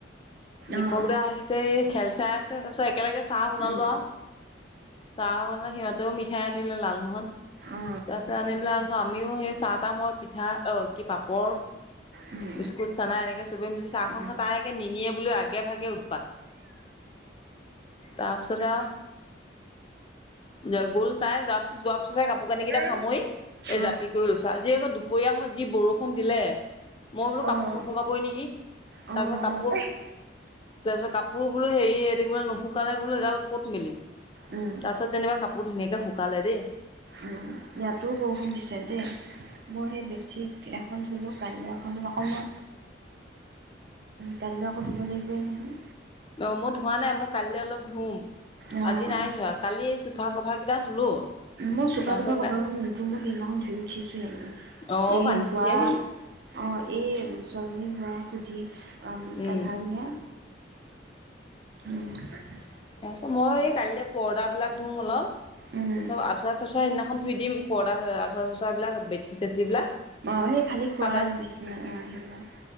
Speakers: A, on the left (about 30°); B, on the right (about 55°).
A: দীপক
B: অ'।
A: দা আহিছে এই খেল চাই আছে তাৰপিছত একেলগে চাহ বনালো
B: উম, উম।
A: আৰু চাহ মানে সিহঁতেও মিঠাই আনিলে লালমোহন
B: অ',
A: তাৰপিছত আনি পেলে আকৌ আমিও সেই চাহ তাহ মই পিঠা অহ কি পাপৰ
B: উম,
A: বিস্কুট চানা এনেকে চবে মিলি চাহখন
B: উম।
A: খাই। তাই আকৌ নিনিয়ে বুলি আগে ভাগে উৎপাত। তাৰপিছত আহ জগুল তাই যোৱা পিছত যোৱাৰ পিছতহে কাপোৰ কানি কেইটা
B: উম।
A: সামৰি এই
B: অ',
A: জাপি কৰি লৈছো আজি আকৌ দুপৰীয়া সময়ত যি বৰষুণ দিলে। মই বোলো
B: অ',
A: কাপোৰ নুশুকাবই নেকি
B: অ', অ',
A: তাৰপিছত কাপোৰ তাৰপিছত কাপোৰ বোলো হেৰি নুশুকালে বোলো এইগাল ক'ত মেলিম। তাৰপিছত
B: উম,
A: যেনিবা কাপোৰ ধুনীয়াকে শুকালে দেই
B: উম, ইয়াতো বৰষুণ দিছে দেই মই সেই বেডচিট। এখন ধুলোঁ কাইলে এখন ধুম আকৌ মই কাইলৈ আকৌ ধুব লাগিবই নহয়।
A: অ মই ধোৱা নাই মই কাইলৈ অলপ ধুম
B: অ',
A: আজি নাই ধোৱা কালি চুটি কভাৰ কেইটা ধুলো
B: মোৰ চোফা-তোফা
A: তাৰপিছত
B: কভাৰ মই সেইদিনা ধুই উঠিছোহে মানে এ
A: অ পানী ছটিয়াই
B: হোৱা
A: দিলো
B: অ এই ছোৱালীজনী শুৱাই পুথি আ
A: উম
B: এঘাৰদিনীয়া উম
A: তাৰপাত মই এই কালিলে পৰ্দাবিলাক ধুম অলপ পাছত
B: উম,
A: তাৰপিছত আঠোৱা-চাঠোৱা সেইদিনাখন ধুই দিম পৰ্দা আঠুৱা চাঠোৱাবিলাক বেথচি -চেথচি বিলাক
B: অ সেই খালী খোৱা
A: সাতাইশ
B: বিচনা অ সেইবিলাক